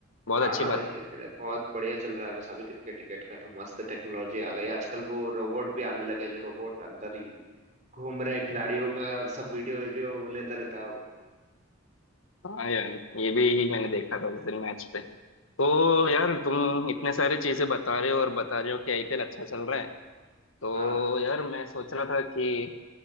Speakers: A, on the left; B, on the right.
A: बहुत
B: हाँ
A: अच्छी
B: ना
A: बात
B: भाई
A: है
B: क्रिकेट बहुत बढ़िया चल रहा है बस अभी क्रिकेट टिकेट का तो मस्त टेक्नोलॉजी आ गई आजकल वो रोबोट भी आने लगे हैं, जो रोबोट अंदर ही घूम रहे खिलाड़ियों का सब वीडियो वीडियो लेता रहता है वो
A: हाँ यार ये भी मैंने देखा था उस दिन मैच पे तो यार तुम इतने सारे चीजें बता रहे हो और बता रहे हो कि आईपीएल अच्छा चल रहा है तो
B: हाँ
A: यार मैं सोच रहा था कि